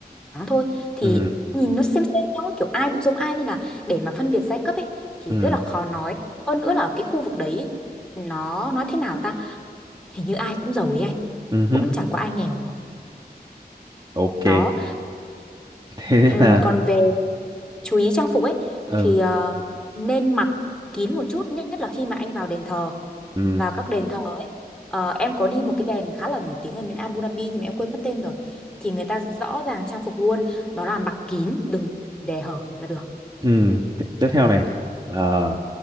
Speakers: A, in the centre; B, on the right.
A: trắng thôi thì
B: ừ
A: nhìn nó xem xem nhau ấy, kiểu ai cũng giống ai nên là để mà phân biệt giai cấp ấy thì
B: ừ
A: rất là khó nói hơn nữa là ở cái khu vực đấy ấy, nó nói thế nào ta hình như ai cũng giàu ấy anh
B: ừ
A: cũng
B: hứ.
A: chẳng có ai nghèo
B: ok
A: đó
B: <laughs> thế nên
A: Ừm,
B: là
A: còn về chú ý trang phục ấy
B: ừ
A: thì ờ, nên mặc kín một chút nhất là khi mà anh vào đền thờ
B: ừ
A: vào các đền thờ ấy Ờ, em có đi một cái đền khá là nổi tiếng ở bên Abu Dhabi nhưng mà em quên mất tên rồi thì người ta rõ ràng trang phục luôn đó là mặc kín đừng để hở là được
B: Ừ, t- tiếp theo này ờ,